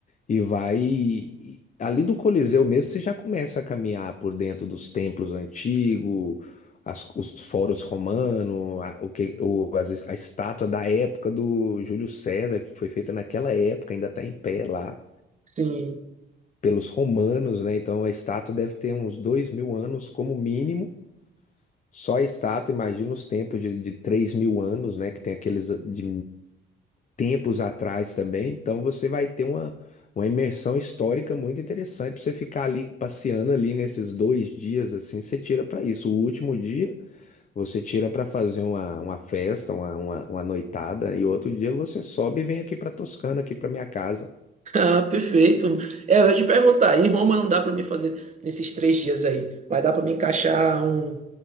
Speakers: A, on the left (about 40°); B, on the right (about 35°).
A: e vai. e- Ali do Coliseu mesmo, você já começa a caminhar por dentro dos templos antigos, as- os foros romanos, a, o que, o, as- a estátua da época do Júlio César, que foi feita naquela época, ainda está em pé lá
B: Sim.
A: pelos romanos, né? Então a estátua deve ter uns dois mil anos como mínimo. Só a estátua, imagina os tempos de, de 3 mil anos, né? Que tem aqueles ah, de tempos atrás também. Então você vai ter uma, uma imersão histórica muito interessante para você ficar ali passeando ali nesses dois dias assim. Você tira para isso. O último dia você tira para fazer uma, uma festa, uma, uma, uma noitada, e outro dia você sobe e vem aqui para Toscana, aqui para minha casa.
B: Ah, perfeito. É, eu ia te perguntar, em Roma não dá para mim fazer nesses três dias aí. Vai dar para me encaixar um,